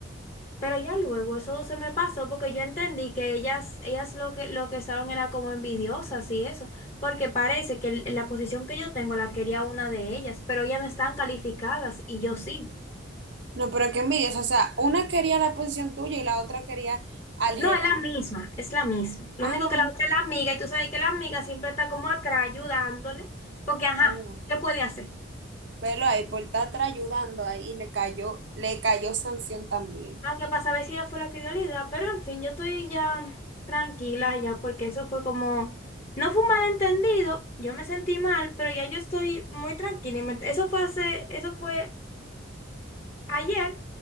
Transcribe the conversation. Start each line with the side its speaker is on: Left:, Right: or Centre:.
Left: pero ya luego eso se me pasó porque yo entendí que ellas, ellas lo que, lo que estaban era como envidiosas y eso, porque parece que el- la posición que yo tengo la quería una de ellas, pero ellas no están calificadas y yo sí.
Right: No, pero qué envidia. O sea, una quería la posición tuya y la otra quería al
Left: No,
Right: jefe.
Left: es la misma, es la misma. Lo
Right: Ah,
Left: único que la otra es la amiga, y tú sabes que la amiga siempre está como atrás ayudándole, porque ajá,
Right: la mujer.
Left: ¿qué puede hacer?
Right: Velo ahí, por estar atrás ayudando ahí, le cayó, le cayó sanción también.
Left: Aunque para saber si ella fue la que dio la idea, pero en fin, yo estoy ya tranquila ya, porque eso fue como, no fue un malentendido, yo me sentí mal, pero ya yo estoy muy tranquila. y me- Eso fue hace, eso fue ayer,